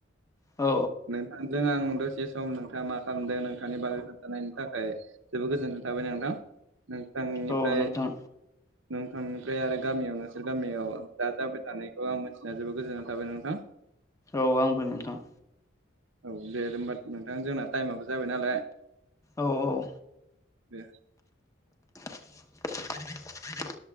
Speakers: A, on the left (about 15°); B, on the right (about 75°).
A: औ
B: नोंथांजों आं दसे सम नोंथाङा मा खालामदों नोंथांनि बागै खोन्थानायनि थाखाय जोबोद गोजोननाय थाबाय नोंथां। नोंथांनिफ्राय
A: औ नोंथां
B: -नोंथांनिफ्राय आरो गामियावनो गामियाव दा जाबाय थानायखौ आं मिथिनाया जोबोद गोजोननाय थाबाय नोंथां।
A: औ आंबो नोंथां।
B: औ दे होनबा नोंथां जोंना टाइमाबो जाबाय नालाय।
A: औ- औ।
B: दे।
A: <inaudible> <unintelligible> <unintelligible> <inaudible>